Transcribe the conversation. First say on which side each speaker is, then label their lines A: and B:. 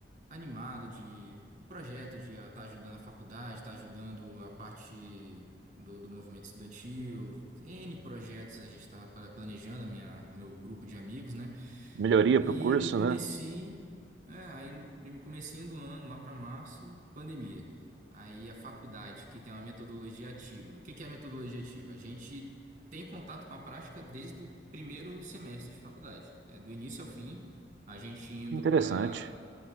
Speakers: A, on the right; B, on the right.
A: animado de um projeto de estar ajudando a faculdade, estar ajudando a parte do, do movimento estudantil, N projetos a gente estava planejando, a minha, meu grupo de amigos, né?
B: Melhoria
A: E
B: para o curso,
A: no comecinho,
B: né?
A: é, aí no prim- comecinho do ano, lá para março, pandemia. Aí a faculdade, que tem uma metodologia ativa. O que que é a metodologia ativa? A gente tem contato com a prática desde o primeiro semestre de faculdade, é, do início ao fim, a gente indo
B: Interessante.
A: para